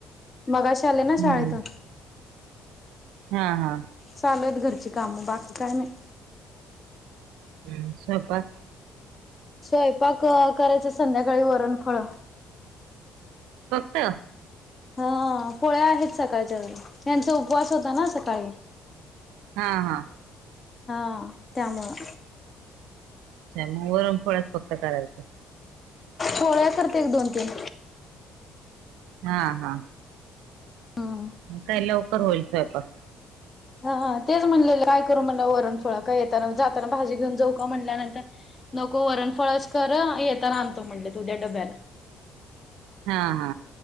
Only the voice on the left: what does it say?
मगाशी आले
ना शाळेतून.
चालुहायत घरची कामं बाकी काय नाही.
स्वयंपाक करायचा संध्याकाळी वरणफळ.
हा पोळ्या आहेत सकाळच्या त्यांचा उपवास होता ना सकाळी.
हा त्यामुळं.
पोळ्या करते एक दोन तीन‌.
हम्म
हा तेच म्हणलेलं काय करू म्हणला वरणफळं का येताना जाताना भाजी घेऊन जाऊ का म्हणल्यानंतर नको वरणफळच कर येेताना आनतो म्हटले त उद्या डब्याला.